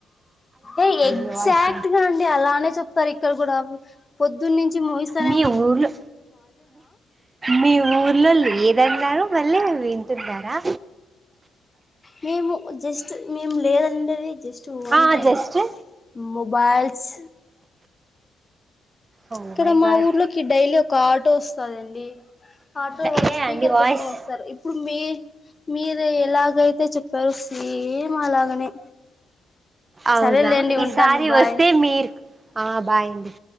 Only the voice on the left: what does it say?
ఏ ఎగ్జాక్ట్గా
అండి అలానే చెప్తారు ఇక్కడ కూడా పొద్దున్న నుంచి ముగిస్త
మేము జస్ట్ మేము లేదంటేనే ఓన్లీ
మో మొబైల్స్
ఇక్కడ
మా
ఊర్లోకి డైలీ ఒక ఆ టోస్ కదండి ఆటో
వాళ్ళు స్పీకర్
పెట్టుకొని వస్తారు ఇప్పుడు మీ మీరు ఎలాగైతే చెప్పారు సేమ్ అలాగనే
సరేలేండి
ఉంటాను
బాయ్